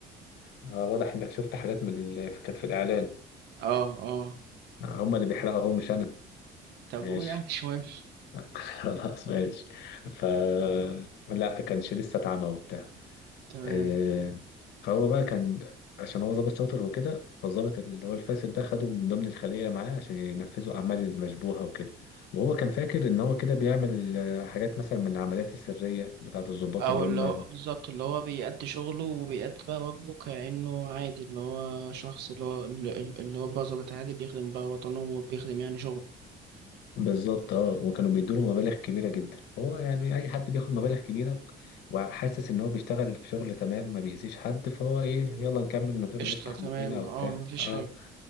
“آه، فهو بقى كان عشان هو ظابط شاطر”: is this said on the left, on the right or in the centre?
Left